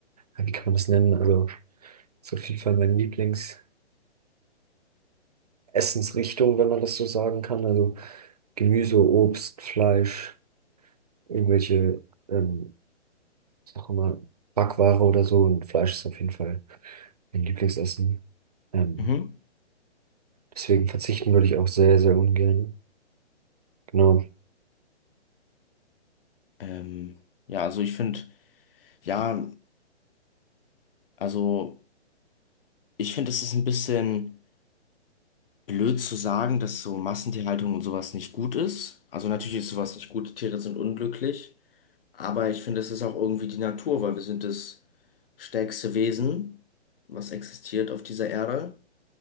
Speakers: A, on the right; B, on the left.
A: ja, wie kann man das nennen? Also ist auf jeden Fall mein Lieblings. Essensrichtung, wenn man das so sagen kann. Also Gemüse, Obst, Fleisch, irgendwelche, ähm, sag mal, Backware oder so. Und Fleisch ist auf jeden Fall mein Lieblingsessen. Ähm,
B: Mhm.
A: deswegen verzichten würde ich auch sehr, sehr ungern. Genau.
B: Ähm, ja, also ich finde, ja, also ich finde, es ist ein bisschen. blöd zu sagen, dass so Massentierhaltung und sowas nicht gut ist. Also natürlich ist sowas nicht gut, Tiere sind unglücklich, aber ich finde, es ist auch irgendwie die Natur, weil wir sind das stärkste Wesen, was existiert auf dieser Erde.